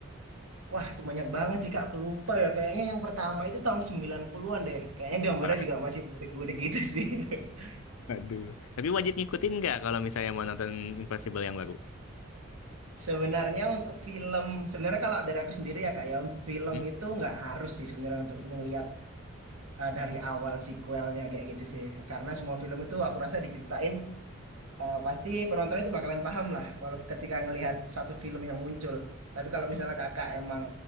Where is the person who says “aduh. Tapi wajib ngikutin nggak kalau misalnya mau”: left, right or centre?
Left